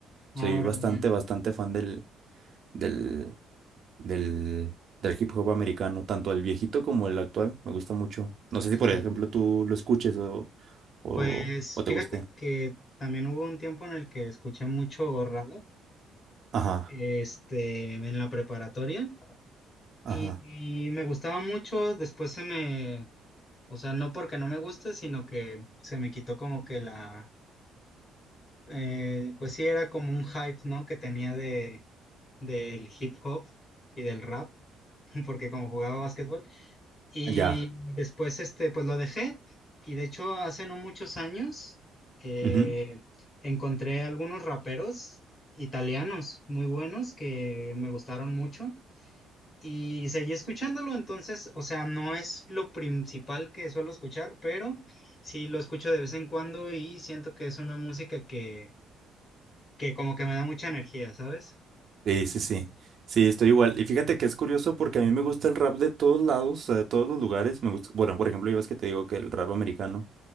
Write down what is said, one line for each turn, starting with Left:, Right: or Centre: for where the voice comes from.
Left: Ahora,
Right: Soy bastante,
Left: ya.
Right: bastante fan del, del, del, del hip hop americano, tanto el viejito como el actual. Me gusta mucho. No sé si, por
Left: Ajá.
Right: ejemplo, tú lo escuches o, o,
Left: Pues
Right: o te
Left: fíjate
Right: guste.
Left: que también hubo un tiempo en el que escuché mucho rap,
Right: Ajá,
Left: este, en la preparatoria.
Right: ajá.
Left: Y, y me gustaba mucho, después se me, O sea, no porque no me guste, sino que se me quitó como que la, eh, pues sí era como un hype, ¿no? Que tenía de, del hip hop y del rap, <laughs> porque como jugaba básquetbol. Y
Right: Ya.
Left: después, este, pues lo dejé. Y de hecho, hace no muchos años, eh,
Right: Ujú.
Left: encontré algunos raperos italianos muy buenos que me gustaron mucho. Y seguí escuchándolo, entonces, o sea, no es lo principal que suelo escuchar, pero sí lo escucho de vez en cuando y siento que es una música que, que como que me da mucha energía, ¿sabes?
Right: Sí, sí, sí. Sí, estoy igual. Y fíjate que es curioso porque a mí me gusta el rap de todos lados, de todos los lugares. Me gusta, bueno, por ejemplo, yo ves que te digo que el rap americano